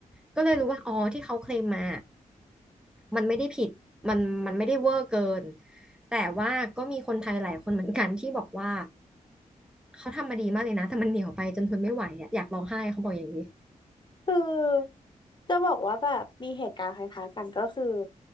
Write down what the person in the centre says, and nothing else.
ก็เลยรู้ว่าอ๋อที่เขาเคลมมา มันไม่ได้ผิด มันมันไม่ได้เวอร์เกิน แต่ว่าก็มีคนไทยหลายคนเหมือนกันที่บอกว่าเขาทำมาดีมากเลยนะแต่มันเหนียวไปจนทนไม่ไหวอะอยากร้องไห้เขาบอกอย่างนี้